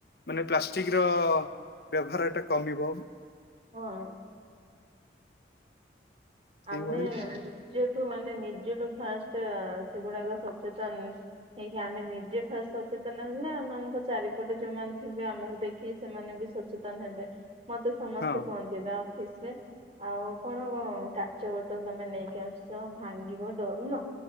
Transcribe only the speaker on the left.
ମାନେ ପ୍ଲାଷ୍ଟିକ ର ବ୍ୟବହାର ଟା କମିବ
ସେଇଭଳି
ହଁ।